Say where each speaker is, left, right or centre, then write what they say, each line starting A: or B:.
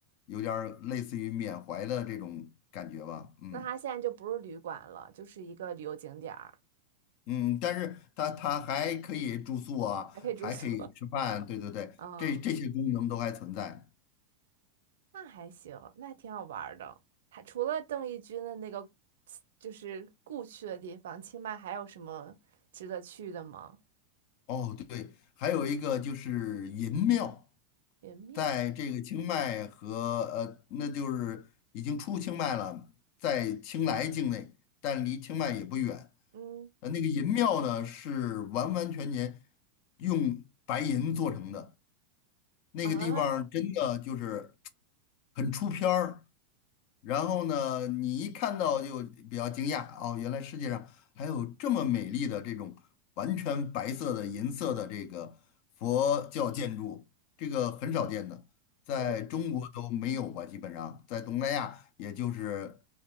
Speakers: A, on the left; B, on the right.
A: 有点儿类似于缅怀的这种感觉吧，嗯。
B: 那它现在就不是旅馆了，就是一个旅游景点儿，
A: 嗯，但是它它还可以住宿啊，
B: 还可以住宿
A: 还可以吃饭，对对对，
B: <laughs> 啊，
A: 这这些功能都还存在。
B: 那还行，那还挺好玩儿的。还除了邓丽君的那个就是故去的地方，清迈还有什么值得去的吗？
A: 哦，对，还有一个就是银庙，
B: 元庙，
A: 在这个清迈和呃，那就是已经出清迈了，在清莱境内，但离清迈也不远。
B: 嗯
A: 呃，那个银庙呢是完完全全用白银做成的，那个地方真的就是
B: 啊。
A: 很出片儿，然后呢，你一看到就比较惊讶哦，原来世界上还有这么美丽的这种完全白色的银色的这个佛教建筑，这个很少见的，在中国都没有吧，
B: 我
A: 基本上在东南亚也就是